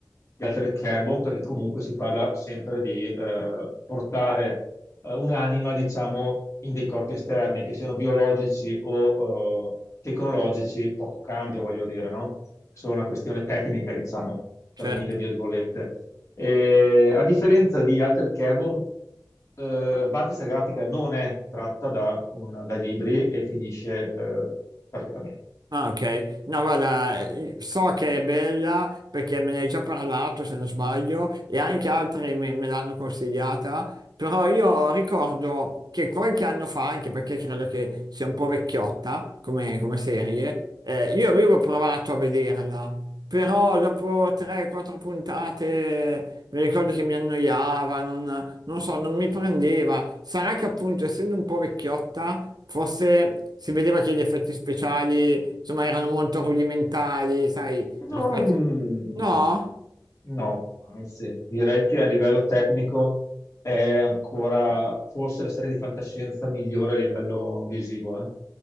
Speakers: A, on the left; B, on the right.
A: di Altered Carbon, perché comunque si parla sempre di eh, portare eh, un'anima, diciamo, in dei corpi esterni, che siano biologici o eh, tecnologici, poco cambia, voglio dire, no? È solo una questione tecnica, diciamo, tra
B: Certo.
A: mille virgolette. Eh, a differenza di Altered Carbon, eh, Battista Gratica non è tratta da un- dai libri e finisce eh, perfettamente.
B: Ah, ok. No, guarda, so che è bella perché me ne hai già parlato, se non sbaglio, e anche altri me, me l'hanno consigliata, però io ricordo che qualche anno fa, anche perché credo che sia un po' vecchiotta come, come serie, eh, io avevo provato a vederla, però dopo 3-4 puntate mi ricordo che mi annoiava, non, non so, non mi prendeva. Sarà che appunto, essendo un po' vecchiotta, Forse si vedeva che gli effetti speciali, insomma, erano molto rudimentali, sai,
A: Non-
B: rispetto... No?
A: no, anzi, direi che a livello tecnico è ancora forse la serie di fantascienza migliore a livello visivo. eh.